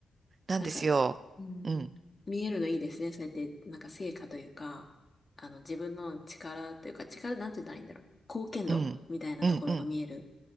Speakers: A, on the right; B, on the left.
A: なんですよ。
B: なんか、うん、
A: うん、
B: 見えるのいいですね。そうやって、なんか成果というか、あの、自分の力というか、力、なんて言ったらいいんだろう。貢献度みたいなところが見える。
A: うん、うん、うん。